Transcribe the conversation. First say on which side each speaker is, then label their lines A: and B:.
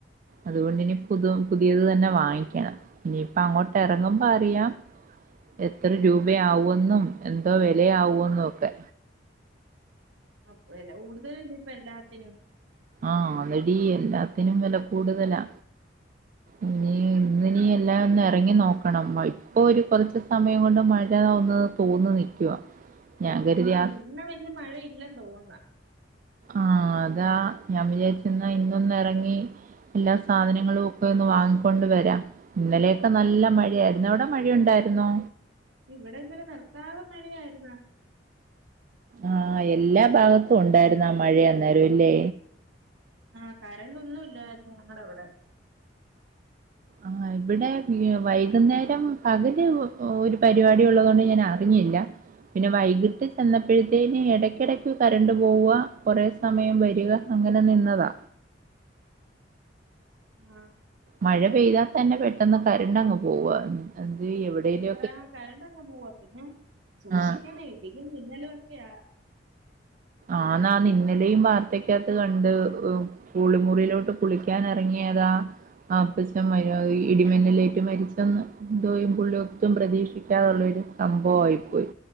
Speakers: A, on the right; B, on the right.
A: അതുകൊണ്ട്നി പുതു പുതിയത് തന്നെ വാങ്ങിക്കണം ഇനിയിപ്പ അങ്ങോട്ട് ഇറങ്ങുമ്പോ അറിയാം എത്ര രൂപയാവുമെന്നും എന്തോ വിലയാവുമന്നൊക്കെ
B: അ വില കൂടുതലല്ലെ ഇപ്പൊ എല്ലാത്തിനും
A: ആഹ്ന്നാടി എല്ലാത്തിനും വില കൂടുതലാ ഇനി ഇന്നിന് എല്ലാം ഒന്ന് ഇറങ്ങി നോക്കണം ഇപ്പോ ഒരു കുറച്ച് സമയം കൊണ്ട് മഴ ഒന്നു തോന്നു നിക്കുവ ഞാൻ കരുതിയാ
B: ഇന്ന് പിന്നെ മഴയില്ലെന്ന് തോന്നെ
A: ആഹ് അതാ ഞാൻ വിചാരിച്ചു ഇന്നൊന്ന് ഇറങ്ങി എല്ലാ സാധനങ്ങളും ഒക്കെ ഒന്ന് വാങ്ങിക്കൊണ്ട് വരാം ഇന്നലെയൊക്കെ നല്ല മഴ ആയിരുന്നു അവടെ മഴയുണ്ടായിരുന്നോ
B: ഇവിടെന്നെലെ നിർത്താതെ മഴയായിരുന്നേ
A: ആഹ് എല്ലാ ഭാഗത്തും ഉണ്ടായിരുന്ന മഴയ അന്നേരല്ലേ
B: ആഹ് കരണ്ടൊന്നും ഇല്ലാരുന്നു ഞങ്ങടവടെ
A: ആഹ് ഇവിടെ വീ വൈകുന്നേരം പകല് ഒരു പരിപാടി ഉള്ളതുകൊണ്ട് ഞാനറിഞ്ഞില്ല പിന്നെ വൈകിട്ട് ചെന്നപ്പഴത്തേന് ഇടക്കിടക്ക് കറണ്ട് പോവുവ കൊറെ സമയം വരിക അങ്ങനെ നിന്നതാ
B: ആഹ്
A: മഴ പെയ്താ തന്നെ പെട്ടെന്ന് കരണ്ടങ്ങ് പോവ എന്തെയ്യും എവിടേലു
B: ഇപ്പ കരണ്ടങ്ങ് പോവാ പിന്നെ സൂക്ഷിക്കണെ
A: ആ
B: ഇടിയും മിന്നലുവൊക്കയാ
A: ആന്നാന്ന് ഇന്നലെയും വാർത്തക്കാത്ത് കണ്ട് ഉം കുളിമുറിയിലോട്ട് കുളിക്കാനെറങ്ങിയതാ അപ്പച്ചൻ വയ്യാതേയ് ഇടിമിന്നലേറ്റ് മരിച്ചന്ന് എന്തോയ്യും പുള്ളിയൊട്ടും പ്രതീക്ഷിക്കാതുള്ളൊരു സംഭവായിപ്പോയി